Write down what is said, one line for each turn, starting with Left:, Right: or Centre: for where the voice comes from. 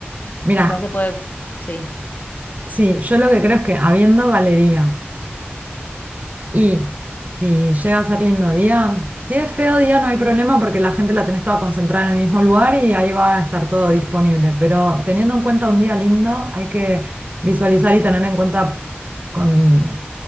Right: Mira,
Left: quizás se puede. Sí,
Right: sí, yo lo que creo es que habiendo galería. Y si llega a ser lindo día, si es feo día no hay problema porque la gente la tenés toda concentrada en el mismo lugar y ahí va a estar todo disponible. Pero teniendo en cuenta un día lindo, hay que visualizar y tener en cuenta con,